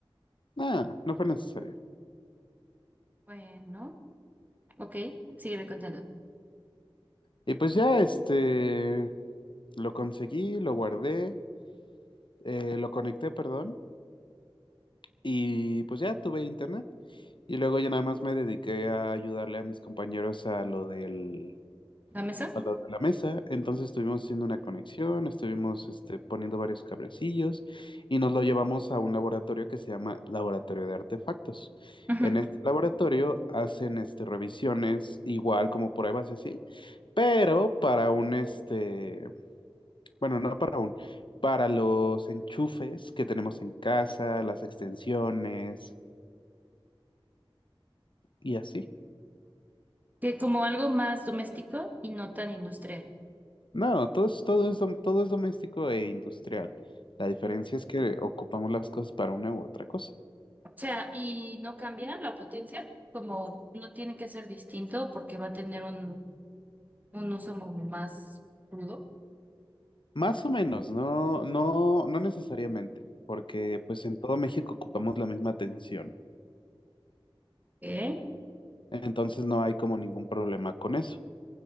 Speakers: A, on the left; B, on the right.
A: nada, no fue necesario.
B: Bueno, ok, sígueme contando.
A: Y pues ya, este, lo conseguí, lo guardé, eh, lo conecté, perdón, Y pues ya tuve internet. Y luego ya nada más me dediqué a ayudarle a mis compañeros a lo del,
B: ¿La mesa?
A: a lo de la mesa. Entonces estuvimos haciendo una conexión, estuvimos este, poniendo varios cablecillos y nos lo llevamos a un laboratorio que se llama Laboratorio de Artefactos.
B: Ujú.
A: En este laboratorio hacen este, revisiones igual como pruebas y así, pero para un, este, bueno, no para un, para los enchufes que tenemos en casa, las extensiones y así.
B: Que como algo más doméstico y no tan industrial.
A: No, todo es, todo es, dom- todo es doméstico e industrial. La diferencia es que ocupamos las cosas para una u otra cosa.
B: O sea, y no cambia la potencia, como no tiene que ser distinto porque va a tener un, un uso como más crudo.
A: Más o menos, no, no, no necesariamente, porque pues en todo México ocupamos la misma atención.
B: ¿Eh?
A: Entonces no hay como ningún problema con eso.